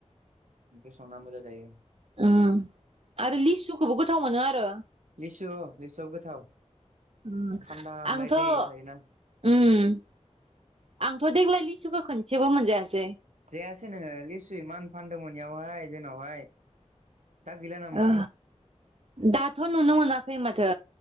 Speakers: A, on the right; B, on the right.
A: ओमफ्राय संनानैबो जाजायो
B: ओ आरो लिसुखौबो गोथाव मोनो आरो
A: लिसु लिसुआबो गोथाव
B: उम
A: थान्दा मोनलाय
B: आंथ ओम
A: दै थायोना
B: आंथ देग्लाय लिसुखौ खोनसेबो मोनजायासै
A: जायासै नोङो लिस्सु एमान फानदोंमोन बेयावहाय जोंनावहाय दा गैला नामा?
B: ओ दाथ' नुनो मोनाखै माथो।